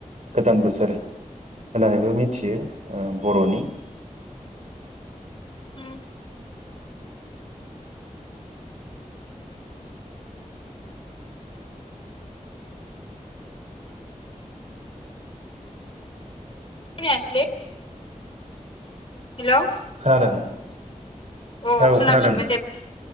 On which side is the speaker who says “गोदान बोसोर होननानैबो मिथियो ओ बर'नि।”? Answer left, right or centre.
Right